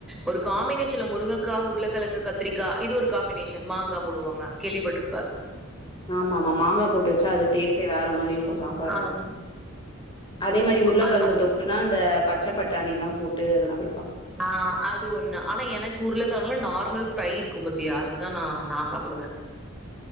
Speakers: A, in the centre; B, on the left.
A: ஒரு காம்பினேஷன்ல முருங்கக்கா உருளக்கெழங்கு கத் திரிக்கா இது ஒரு காம்பினேஷன் மாங்கா போடுவாங்க கேள்விப்பட்ருப்ப
B: ஆமா ஆமா மாங்கா போட்டு வச்சா அது டேஸ்ட்டே வேற மாரி இருக்கு சாம்பாருக்கு
A: ஆமா
B: அதே மாரி உருளக்கெழங்கு
A: அது ஆமா.
B: தொக்குன்னா அந்த பச்ச பட்டாணில்லா போட்டு அதெல்லா வெ
A: ஆ அ து ஒண்ணு ஆனா எனக்கு உருளக்கெழங்குல நார்மல் ஃப்ரை இருக்கு பாத்தியா அது தா நா சாப்டுவ